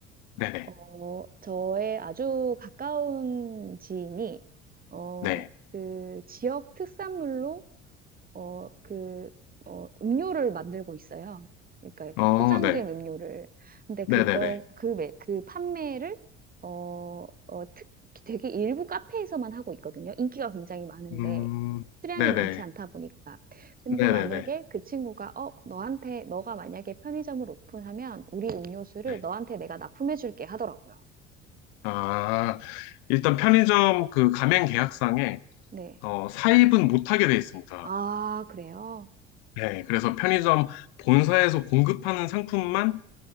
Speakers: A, on the left (about 60°); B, on the right (about 25°).
A: 네네.
B: 어 저의 아주 가까운 지인이 어
A: 네.
B: 그 지역 특산물로 어, 그, 어, 음료를 만들고 있어요. 그러니까
A: 어,
B: 그 포장된
A: 네.
B: 음료를. 근데 그거,
A: 네네네.
B: 그, 매, 그 판매를, 어, 어, 특, 되게 일부 카페에서만 하고 있거든요. 인기가 굉장히 많은데,
A: 음,
B: 수량이
A: 네네.
B: 많지 않다 보니까. 근데
A: 네네네.
B: 만약에 그 친구가, 어, 너한테, 너가 만약에 편의점을 오픈하면 우리 음료수를
A: 네.
B: 너한테 내가 납품해줄게 하더라고요.
A: 아, 일단 편의점 그 가맹 계약상에
B: 네.
A: 어, 사입은 못하게 돼 있습니다.
B: 아, 그래요?
A: 네. 그래서 편의점 본사에서 공급하는 상품만